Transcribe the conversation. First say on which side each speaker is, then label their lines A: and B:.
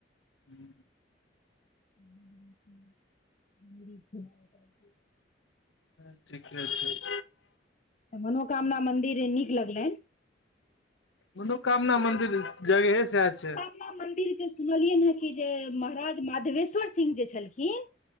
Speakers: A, on the left; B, on the left.
A: हूँ
B: <inaudible>
A: ह ठीके छै
B: तऽ मनोकामना मन्दिर नीक लगलनि
A: मनोकामना मन्दिर जगहे से छैय।
B: मनोकामना मन्दिर के सुनलियनि हँ कि जे महाराज माधवेश्वर सिंह जे छलखिन